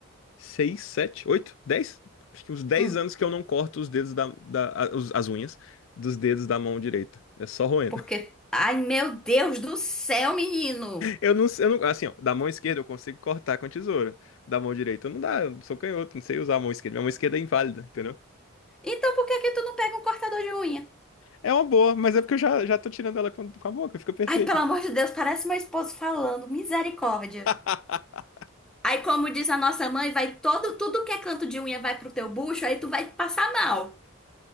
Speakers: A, on the left; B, in the centre.
A: Seis, sete, oito, dez? Acho que uns dez
B: Hum,
A: anos que eu não corto os dedos da, da- a- os- as unhas dos dedos da mão direita. É só roendo.
B: porque. Ai, meu Deus do céu, menino!
A: Eu não, eu não, assim, ó, da mão esquerda eu consigo cortar com a tesoura. Da mão direita eu não dá, eu sou canhoto, não sei usar a mão esquerda. Minha mão esquerda é inválida, entendeu?
B: Então por que que tu não pega um cortador de unha?
A: É uma boa, mas é porque eu já, já tô tirando ela com, com a boca, fica perfeita.
B: Ai, pelo amor de Deus, parece meu esposo falando, misericórdia.
A: <laughs>
B: Aí, como diz a nossa mãe, vai todo, tudo que é canto de unha vai pro teu bucho, aí tu vai passar mal.